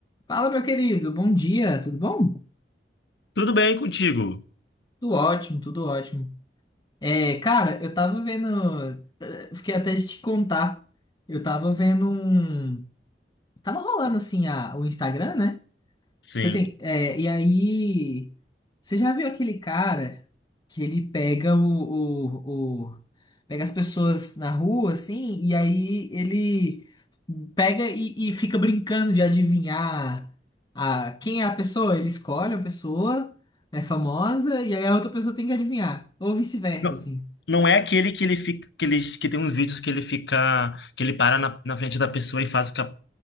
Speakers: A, on the left; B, on the left.
A: Fala, meu querido, bom dia, tudo bom?
B: Tudo bem contigo?
A: Tudo ótimo, tudo ótimo. É, cara, eu tava vendo. eh, Fiquei até de te contar. Eu tava vendo um. Tava rolando assim a, o Instagram, né?
B: Sim.
A: Você tem. é, e aí. Você já viu aquele cara que ele pega o, o, o- Pega as pessoas na rua, assim, e aí ele pega e, e fica brincando de adivinhar a, quem é a pessoa. Ele escolhe uma pessoa, é famosa, e aí a outra pessoa tem que adivinhar. Ou vice-versa,
B: Não,
A: assim.
B: não é aquele que ele fica, que ele, que tem uns vídeos que ele fica, que ele para na, na frente da pessoa e faz que a-